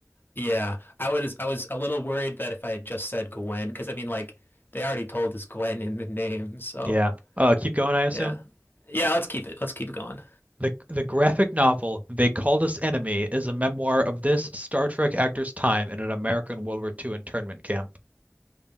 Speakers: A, on the left (about 40°); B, on the right (about 30°).
A: Yeah, I was I was a little worried that if I had just said Gwen, because I mean, like they already told us Gwen in the name, so
B: Yeah. Uh, keep going, I assume.
A: yeah, yeah. Let's keep it. Let's keep it going.
B: The the graphic novel They Called Us Enemy is a memoir of this Star Trek actor's time in an American World War II internment camp.